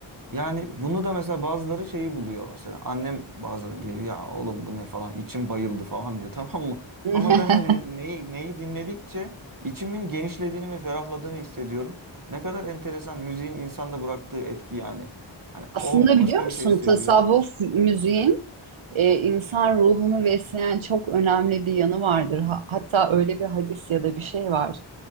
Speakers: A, on the right (about 45°); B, on the right (about 80°).
A: Yani bunu da mesela bazıları şeyi buluyor mesela. Annem bazen geliyor ya oğlum bu ne falan içim bayıldı falan diyor <laughs> tamam mı?
B: <laughs>
A: Ama ben o neyi, neyi dinledikçe içimin genişlediğini ve ferahladığını hissediyorum. Ne kadar enteresan müziğin insanda bıraktığı etki yani. Hani
B: Aslında
A: o başka
B: biliyor musun
A: bir şey hissediyor.
B: tasavvuf müziğin e, insan ruhunu besleyen çok önemli bir yanı vardır. Ha- hatta öyle bir hadis ya da bir şey var.